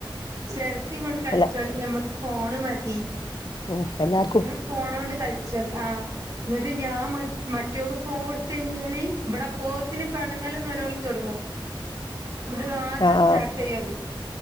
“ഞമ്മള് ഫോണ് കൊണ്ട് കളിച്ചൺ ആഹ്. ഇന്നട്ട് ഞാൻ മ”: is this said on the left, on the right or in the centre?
Right